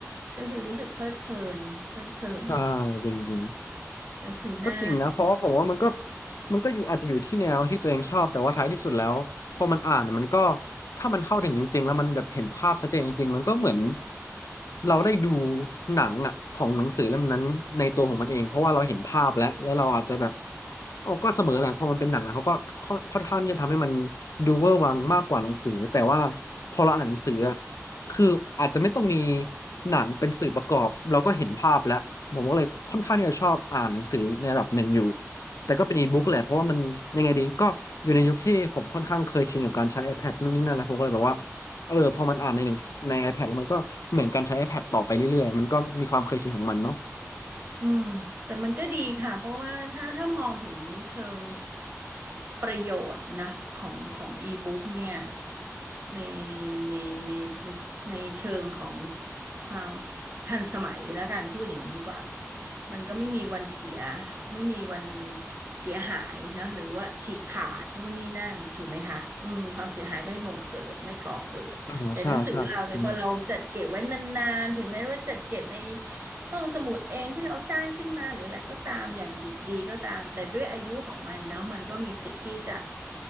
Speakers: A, on the right; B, on the left.
A: ก็คือรู้สึกเพลิดเพลินเพลิดเพลิน
B: ใช่จริง
A: ก็คือหน้า
B: ก็จริงนะเพราะว่าผมว่ามันก็มันก็อยู่อาจจะอยู่ที่แนวที่ตัวเองชอบแต่ว่าท้ายที่สุดแล้วพอมันอ่านมันก็ถ้ามันเข้าถึงจริงๆแล้วมันแบบเห็นภาพชัดเจนจริงๆมันก็เหมือนเราได้ดูหนังอ่ะของหนังสือเล่มนั้นในตัวของมันเองเพราะว่าเราเห็นภาพแล้วและเราอาจจะแบบเอาก็เสมอแหละพอมันเป็นหนังแล้วเขาก็ค่อนค่อนข้างที่จะทำให้มันดูเวอร์วังมากกว่าหนังสือแต่ว่าพอเราอ่านหนังสืออะ คืออาจจะไม่ต้องมีหนังเป็นสื่อประกอบเราก็เห็นภาพแล้วผมก็เลยค่อนข้างที่จะชอบอ่านหนังสือในระดับหนึ่งอยู่แต่ก็เป็นอีบุ๊กแหละเพราะว่ามันยังไงดีก็อยู่ในยุคที่ผมค่อนข้างเคยชินกับการใช้ iPad นู่นนี่นั่นแล้วผมก็เลยแบบว่าเออพอมันอ่านในหนังใน iPad แล้วมันก็เหมือนการใช้ iPad ต่อไปเรื่อยๆมันก็มีความเคยชินของมันเนาะ
A: อืมแต่มันก็ดีค่ะเพราะว่าถ้าถ้ามองถึงเชิงประโยชน์นะของของอีบุ๊กเนี่ยในในในในในเชิงของความทันสมัยแล้วกันพูดอย่างนี้ดีกว่ามันก็ไม่มีวันเสียไม่มีวันเสียหายนะหรือว่าฉีกขาดนู่นนี่นั่นถูกไหมคะอืมความเสียหายไม่บ่งเกิดไม่ก่อเกิดแต่หนังสือเราเนี่ยพอเราจัดเก็บไว้นานๆถึงแม้ว่าจัดเก็บใน
B: อ่าใช่ใช่อืม
A: ห้องสมุดเองที่เราสร้างขึ้นมาหรืออะไรก็ตามอย่างดิบดีก็ตามแต่ด้วยอายุของมันเนาะมันก็มีสิทธิ์ที่จะ